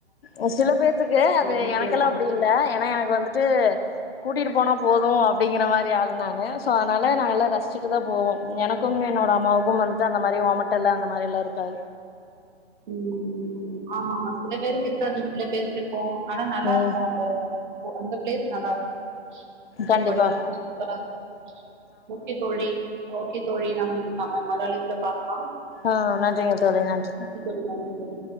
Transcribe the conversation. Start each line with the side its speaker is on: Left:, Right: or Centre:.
Left: அ சில பேத்துக்கு அது
Right: வெயில்
Left: எனக்கெல்லா
Right: சேரலாம்
Left: அப்டி இல்ல ஏன்னா எனக்கு வந்துட்டு கூட்டிட்டு போனா போது அப்டிங்கிற மாரி ஆள் நானு சோ அதனால நாங்க எல்லா ரசிச்சுட்டு தா போவோ எனக்கும் என்னோட அம் மாக்கு வந்துட்டு அந்த மாரி ஓமட்டலு அந்த மாரியெல்லா இருக்காது
Right: ம் ஆமா ஆமா சில பேருக்கு க்காது சில பேருக்கு இருக்கு ஆனா நல்லாருக்கு
Left: ம்
Right: அந்த அந்த ப்ளேஸ் நல்லாருக்கு ஊட்டி
Left: கண்டிப்பா
Right: கொடைக்கானல் சூப்பராருக்கு ஓகே தோழி ஓ கே தோழி நம்ம நம்ம மறு அழைப்புல பாக்கலா
Left: ஆ நன்றிங்க தோழி நன்றிங்க
Right: <unintelligible> தோழி